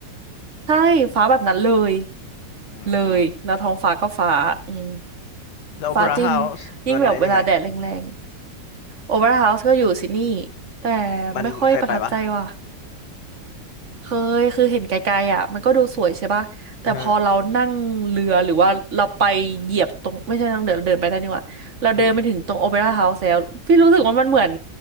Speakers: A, on the right (about 45°); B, on the left (about 70°).
A: ใช่ ฟ้าแบบนั้นเลย
B: อืม
A: เลย แล้วท้องฟ้าก็ฟ้า อืม
B: แล้วโอเปร่าเฮาส์มันไอ้นี่ไหม
A: ฟ้าจริง ยิ่งแบบเวลาแดดแรงๆโอเวอร์เฮาส์ก็อยู่ซิดนีย์แต่
B: มันเคยไปปะ
A: ไม่ค่อยประทับใจว่ะ เคยคือเห็นไกลๆอ่ะมันก็ดูสวยใช่ป่ะแต่พอเรานั่งเรือหรือว่าเราไปเหยียบตรงไม่ใช่นั่งเดินเดินไปได้นดี่หว่าเราเดินไปถึงตรงโอเปร่าเฮาส์แล้วพี่รู้สึกว่ามันเหมือน
B: อือฮะอืม